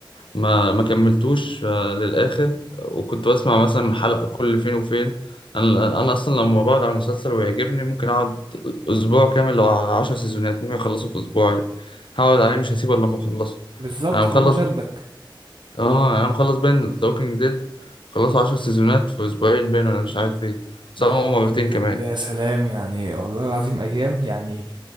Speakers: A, on the left (about 75°); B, on the right (about 65°).
A: ما ما كملتوش آه، للاخر وكنت بسمع مثلا حلقه كل فين وفين انا انا اصلا لما بقعد على مسلسل ويعجبني ممكن اقعد اسبوع كامل لو 10 سيزونات ممكن اخلصه في اسبوع عادي. هقعد عليه مش هسيبه الا لما اخلصه
B: بالظبط
A: انا
B: طالما
A: مخلص
B: شدك
A: اه انا مخلص باين ذا ووكينج ديد خلصوا 10 سيزونات في اسبوعين باين ولا مش عارف ايه صاروا
B: ده الوكينج
A: مرتين
B: ديد
A: كمان
B: ده يا سلام يعني والله العظيم ايام يعني